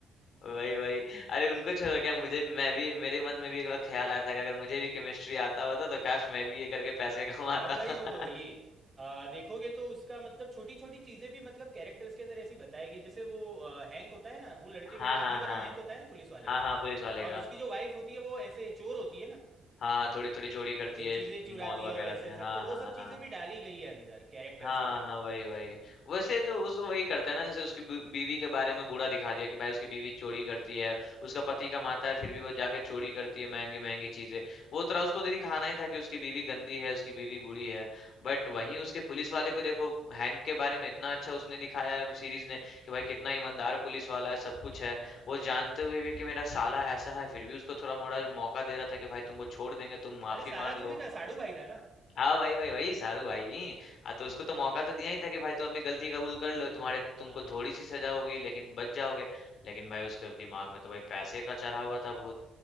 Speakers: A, on the left; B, on the right.
A: वही वही अरे उनको छोड़ो क्या मुझे भी मैं भी मेरे मन में भी एक बार ख्याल
B: हाँ
A: आया था कि अगर मुझे भी केमिस्ट्री आता होता तो काश मैं भी ये करके
B: हम्म।
A: पैसे कमाता
B: और भाई
A: <laughs>
B: वो ये आ, देखोगे तो उसका मतलब छोटी छोटी चीजें भी मतलब कैरेक्टर्स के अंदर ऐसी बताएगी जैसे वो आ, हैंक होता है ना वो लड़के
A: हाँ
B: वो
A: हाँ
B: आदमी का
A: हाँ
B: नाम हैंक होता है ना पुलिस वाले
A: हाँ
B: का
A: हाँ पुलिस वाले
B: और
A: का
B: उसकी जो वाइफ होती है वो ऐसे चोर होती है ना
A: हाँ थोड़ी थोड़ी चोरी करती
B: ये
A: है
B: चीजें चुराती
A: मॉल
B: है
A: वगैरह
B: और वैसे
A: से
B: सब
A: हाँ
B: तो वो
A: हाँ
B: सब चीजें
A: हाँ
B: भी डाली गई है अंदर कैरेक्टर्स
A: हाँ
B: के लिए
A: हाँ वही वही वैसे तो उस वही करता है ना जैसे उसकी बी- बीवी के बारे में बुरा दिखा दिया कि भाई उसकी बीवी चोरी करती है उसका पति कमाता है फिर भी वो जाके चोरी करती है महंगी महंगी चीजें वो तरह उसको तो दिखाना ही था कि उसकी बीवी गंदी है उसकी बीवी बुरी है बट वहीं उसके पुलिस वाले को देखो हैंक के बारे में इतना अच्छा उसने दिखाया है सीरीज ने कि भाई कितना ईमानदार पुलिस वाला है सब कुछ
B: हाँ
A: है
B: हाँ।
A: वो जानते हुए भी कि मेरा साला ऐसा है फिर भी उसको थोड़ा मोड़ा मौका दे रहा था कि भाई तुमको छोड़ देंगे तुम माफी
B: अरे साला
A: मांग
B: थोड़ी
A: लो
B: था साडू भाई था ना
A: हाँ भाई भाई वही सारू भाई हाँ
B: हाँ
A: तो उसको तो मौका तो दिया ही था कि भाई तुम अपनी गलती कबूल कर लो तुम्हारे
B: हाँ।
A: तुमको थोड़ी सी सजा होगी लेकिन बच जाओगे लेकिन भाई उसके दिमाग में तो भाई पैसे का चढ़ा हुआ था भूत